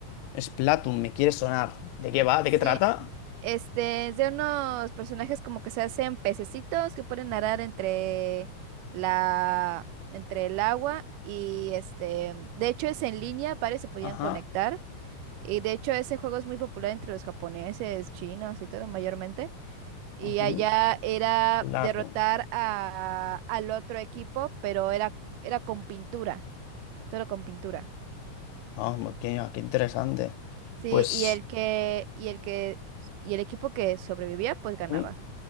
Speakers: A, on the left; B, on the right.
A: Splatoon, me quiere sonar. ¿De qué va? ¿De
B: Sí,
A: qué trata?
B: este, es de unos personajes como que se hacen pececitos que pueden nadar entre la, entre el agua y este, de hecho es en línea, varios se podían
A: Ajá.
B: conectar. Y de hecho ese juego es muy popular entre los japoneses, chinos y todo mayormente. Y
A: ujú.
B: allá era
A: Splatoon.
B: derrotar a, al otro equipo, pero era, era con pintura, todo con pintura.
A: Ah, qué, qué interesante.
B: Sí,
A: Pues.
B: y el que, y el que, y el equipo que sobrevivía, pues ganaba.
A: ujú.